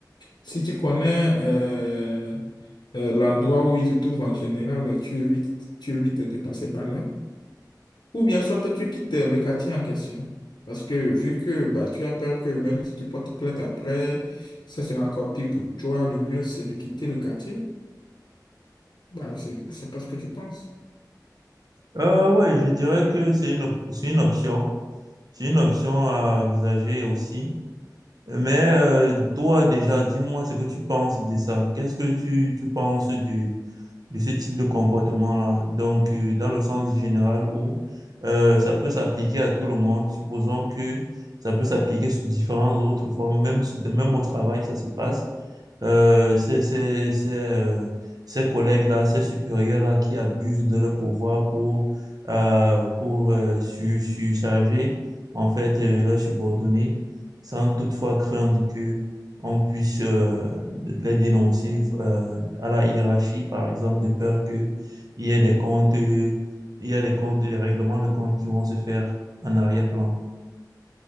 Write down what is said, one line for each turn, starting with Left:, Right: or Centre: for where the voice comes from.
Left: Si tu connais euh, euh, l'endroit où il se trouve en général, tu évites, tu évites de passer par là. Ou bien soit tu quittes euh, le quartier en question. Parce que vu que bah, tu as peur que même si tu portes plainte après, ça sera encore pire pour toi, le mieux c'est de quitter le quartier. Bah, je ne sais pas ce que tu penses.
Right: Euh, ouais, je dirais que c'est une, op- c'est une option. C'est une option à envisager aussi. Mais euh, toi, déjà, dis-moi ce que tu penses de ça. Qu'est-ce que tu, tu penses du, de ce type de comportement-là. Donc, euh, dans le sens général où euh, ça peut s'appliquer à tout le monde, supposons que ça peut s'appliquer sur différentes autres formes, même, si, même au travail, ça se passe. Euh, c'est c'est ces, euh, ces collègues-là, ces supérieurs-là qui abusent de leur pouvoir pour, euh, pour euh, surcharger en fait euh, leurs subordonnés sans toutefois craindre que on puisse euh, les dénoncer euh, à la hiérarchie, par exemple, de peur qu'il y ait des comptes, euh, il y a des comptes, des règlements de comptes qui vont se faire en arrière-plan.